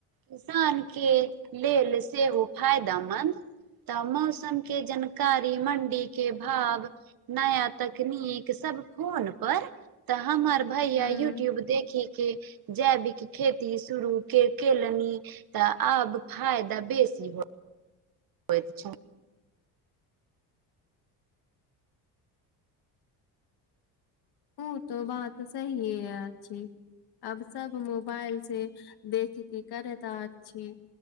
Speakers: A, on the right (about 55°); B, on the left (about 60°).
A: किसान के लेल सेहो फायदामन्द तऽ मौसम के जानकारी मण्डी के भाव नया तकनीक सब सब फोन पर तऽ हमर भैया
B: हूं
A: यूट्यूब देखिक के जैविक खेती शुरू के केलनि तऽ आब फायदा बेसी हो होईत छै
B: ऊ त बात सहिए अच्छी आब सभ मोबाइलसँ देख के करैत अछि